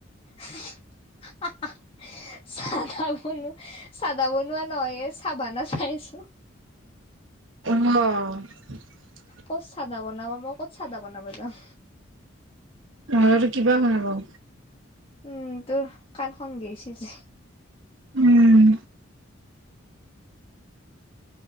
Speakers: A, on the left; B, on the right.
A: <unintelligible> চাধা বনো চাদা বনোৱা নহয় এ চাভানা চাই আছো।
B: <unintelligible>
A: ক'ত চাদা বনাব মই ক'ত চাদা বনাব যাম
B: অ এটো কিবা শুনা পাও
A: উম তোৰ কানখন গেইছে যে
B: উম